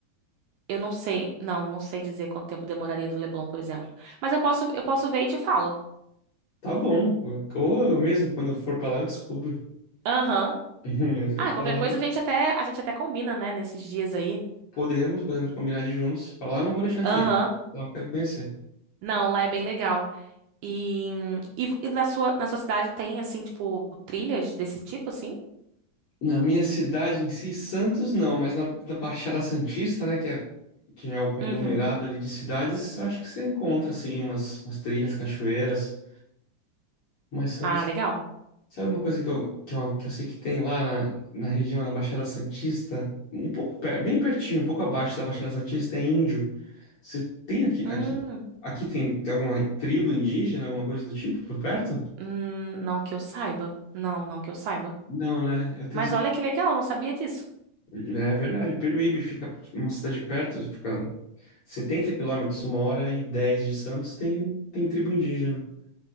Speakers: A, on the right; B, on the left.
A: Eu não sei, não, não sei dizer quanto tempo demoraria do Leblon, por exemplo. Mas eu posso, eu posso ver e te falo.
B: Tá bom. Ou eu mesmo, quando eu for pra lá, eu descubro.
A: Aham.
B: <laughs>
A: Ah, qualquer
B: Pra lá,
A: coisa a gente até, a gente até combina, né, nesses dias aí.
B: podemos, podemos combinar de ir juntos. Pra lá eu não vou deixar de
A: Aham.
B: ir. Lá eu quero conhecer.
A: Não, lá é bem legal. E, e, e na sua, na sua cidade tem, assim, tipo, trilhas desse tipo, assim?
B: Na minha cidade em si, Santos não, mas na, na Baixada Santista, né, que é que já é o conglomerado
A: Uhum.
B: ali de cidades, eu acho que você encontra assim umas, umas trilhas, cachoeiras, mas Santos,
A: Ah, legal.
B: sabe uma coisa que eu, que eu, que eu sei que tem lá na, na região da Baixada Santista, um pouco per, bem pertinho, um pouco abaixo da Baixada Santista é índio. Você tem aqui
A: Hum,
B: aqui aqui tem alguma tribo indígena, alguma coisa do tipo por perto?
A: hum, não que eu saiba. Não, não que eu saiba.
B: Não, né? Eu tenho
A: Mas olha que legal, não sabia disso.
B: É verdade, Peruíbe fica uma cidade perto, fica 70 quilômetros, uma hora e 10 de Santos, tem, tem tribo indígena.